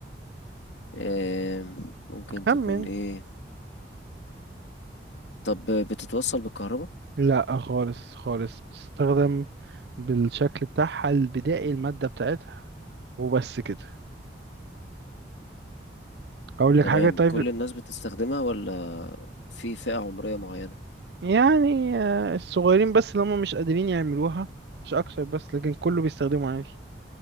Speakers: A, on the left; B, on the right.
A: آم، ممكن
B: خمن
A: تكون ايه طب بتتوصل بالكهرباء
B: لا خالص خالص بتستخدم بالشكل بتاعها البدائي المادة بتاعتها وبس كده أقول لك
A: تمام
B: حاجة طيب
A: كل الناس بتستخدمها ولا في فئة عمرية معينة
B: يعني آه، الصغيرين بس اللي هم مش قادرين يعملوها مش أكتر بس لكن كله بيستخدمه عادي